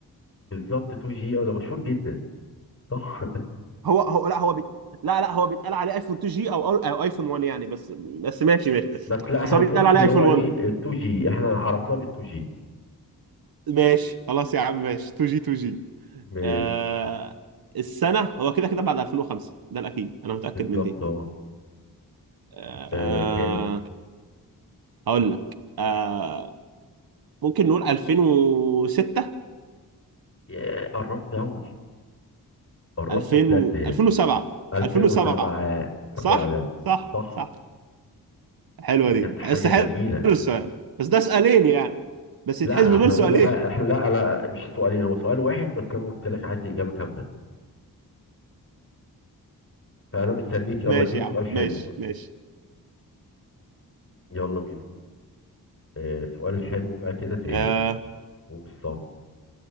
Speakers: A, on the left (about 35°); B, on the right (about 70°).
A: بالظبط 2 جي اه ده مشهور جدا صح
B: هو هو لا هو بي... لا لا هو بيتقال عليه ايفون 2 جي او أو ايفون 1 يعني بس بس ماشي
A: <laughs>
B: ماشي بس
A: بس لا احنا
B: بس هو
A: بنمشي
B: بيتقال عليه
A: اللي
B: ايفون
A: هو ايه
B: 1
A: 2 جي احنا عرفناه بال 2 جي
B: ماشي خلاص يا عم ماشي 2 جي 2 جي
A: ماشي
B: آه... السنة هو كده كده بعد 2005 ده الأكيد أنا متأكد
A: بالظبط
B: من دي
A: اه
B: آه...
A: آه، كام
B: هقول لك آه... ممكن نقول 2006
A: ياه، قربت قوي قربت
B: 2000
A: بجد
B: و...
A: يعني
B: 2007
A: 2007
B: 2007 صح
A: فعلا
B: صح
A: صح
B: صح حلوه
A: دي
B: دي
A: كانت حاجة
B: بس حلو
A: جميلة
B: السؤال بس ده سؤالين يعني بس يتحسبوا
A: لا احنا
B: دول سؤالين
A: قلنا بقى
B: <laughs>
A: احنا لا انا مش سؤالين هو سؤال واحد بس انا قلت لك عايز إجابة كاملة فانا مستنيك يلا
B: ماشي
A: اديني
B: يا
A: سؤال
B: عم
A: حلو
B: ماشي
A: بقى
B: ماشي
A: يلا بينا اه سؤال حلو بقى كده سهل
B: آه
A: ومش صعب